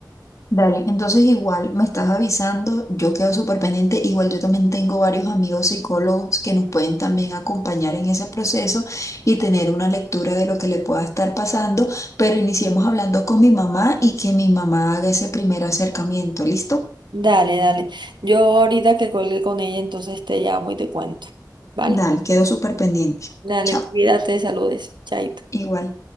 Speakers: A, on the left; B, on the right.
A: Dale, entonces igual me estás avisando, yo quedo súper pendiente, igual yo también tengo varios amigos psicólogos que nos pueden también acompañar en ese proceso y tener una lectura de lo que le pueda estar pasando, pero iniciemos hablando con mi mamá y que mi mamá haga ese primer acercamiento, ¿listo?
B: Dale, dale. Yo ahorita que colgué con ella, entonces te llamo y te cuento. ¿Vale?
A: Dale, quedo súper pendiente.
B: Dale,
A: Chao,
B: cuídate, saludes. Chaito.
A: igual.